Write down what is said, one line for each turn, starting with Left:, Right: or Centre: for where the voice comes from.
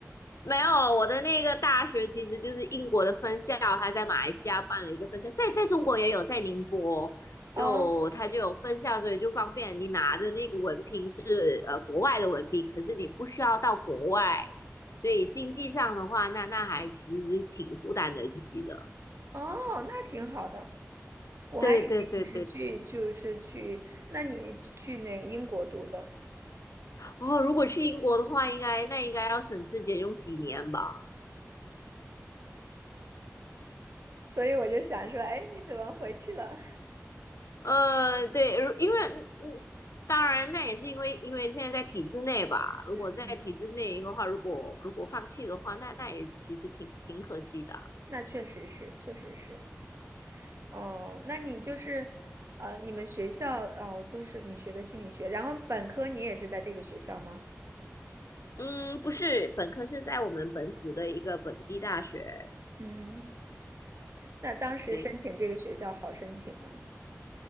Left: 没有，我的那个大学其实就是英国的分校，他在马来西亚办了一个分校，在在中国也有，在宁波，就他就有分校，
Right: 哦
Left: 所以就方便你拿的那个文凭是呃国外的文凭，可是你不需要到国外，所以经济上的话，那那还其实挺负担得起的。
Right: 哦，那挺好的。我还以为你是去就是去，
Left: 对对对对对，
Right: 那你去去那英国读的，
Left: 哦，如果去英国的话，应该那应该要省吃俭用几年吧。
Right: 所以我就想说，哎，你怎么回去了？
Left: 呃，对，如因为嗯嗯，当然那也是因为因为现在在体制内吧。如果在体制内的话，
Right: <laughs> 嗯。
Left: 如果如果放弃的话，那那也其实挺挺可惜的啊
Right: 那确实是，确实是。哦，那你就是，呃，你们学校哦，都是你学的心理学，然后本科你也是在这个学校吗？
Left: 嗯，不是，本科是在我们本土的一个本地大学，
Right: 嗯，那当时申请这个学校好申请吗？
Left: 对，